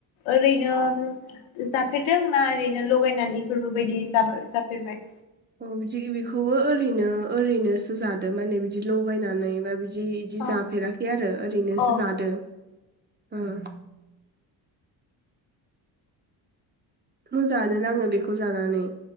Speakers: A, on the left (about 90°); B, on the right (about 20°).
A: ओरैनो जाफेरदों ना ओरैनो लगायनानै बेफोरबो बायदि जाबा जाफेरबाय?
B: अ बिदि बेखौबो ओरैनो ओरैनोसो जादो माने बिदि लगायनानै बा बि इदि इदि
A: अ
B: जाफेराखै आरो ओरैनोसो
A: अ
B: जादों। उम मोजाङानो नाङो बेखौ जानानै।